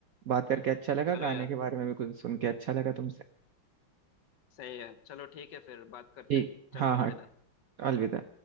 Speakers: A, on the right; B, on the left.
A: बात करके अच्छा लगा
B: चलो
A: गाने
B: यार
A: के बारे में भी कुछ सुन के अच्छा लगा तुमसे
B: सही है चलो ठीक है फिर बात करते
A: ठीक
B: हैं चलो
A: हाँ हाँ
B: अलविदा
A: अलविदा